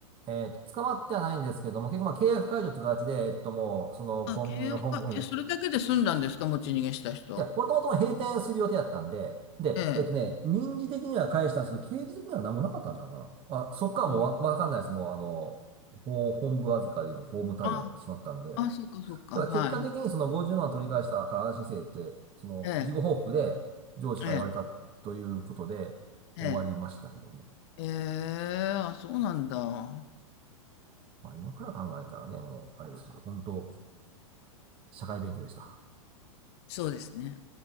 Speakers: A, on the right; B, on the left.
A: えっと、捕まってはないんですけども、結局まあ契約解除って形で、えっともう、そのコンビニの本、
B: あ、契約か。
A: うん。
B: え、それだけで済んだんですか持ち逃げした人。
A: いや、もともとも閉店する予定だったんで、で、
B: ええ。
A: えっとね、民事的には返したんですけど、刑事的には何もなかったんちゃうかな。あ、そっからもうわ、
B: うん
A: わかんないです。もうあの、法本部預かりの法務対応になってしまったんで、
B: あ、あ、そうかそうか。
A: ただ結果的にその50万を取り返したから安心せえって、
B: はい。
A: その事後報告で上司から言われたということで終わりましたけどね。
B: ええ、ええ、ええ。ええ、あ、そうなんだ。
A: まあ今から考えたらね、もうあれですけど、本当社会勉強でした。
B: そうですね。